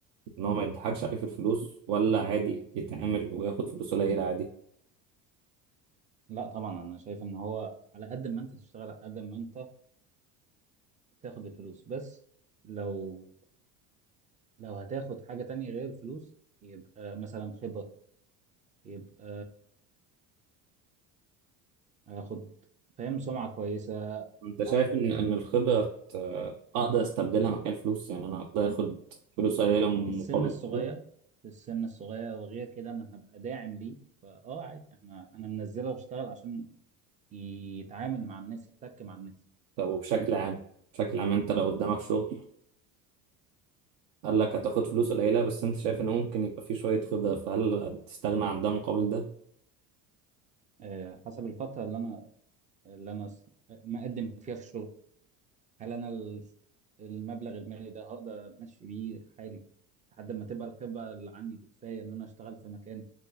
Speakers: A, on the right; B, on the right.
A: ان هو ما يضحكش عليه في الفلوس ولا عادي يتعامل وياخد فلوس قليله عادي
B: لا طبعا انا شايف ان هو على قد ما انت تشتغل على قد ما انت تاخد الفلوس بس لو لو هتاخد حاجة تانية غير الفلوس يبقى مثلا خبرة يبقى هاخد فاهم سمعة كويسة
A: انت شايف
B: آه،
A: ان ان الخبره آه، اقدر استبدلها مكان الفلوس يعني انا اقدر اخد فلوس قليله مقابل
B: في السن الصغير
A: خبره
B: في السن الصغير وغير كده انا هبقى داعم ليه فاه عادي احنا انا منزله واشتغل عشان يتعامل مع الناس يحتك مع الناس
A: طب وبشكل عام بشكل عام انت لو قدامك شغل قال لك هتاخد فلوس قليله بس انت شايف ان ممكن يبقى فيه شويه خبره فهل تستغنى عن ده مقابل ده
B: آه، حسب الفترة اللي انا اللي انا س- مقدم فيها في الشغل هل انا ال- المبلغ المالي ده هقدر امشي بيه حالي لحد ما تبقى الخبره اللي عندي دي كفايه ان انا اشتغل في مكان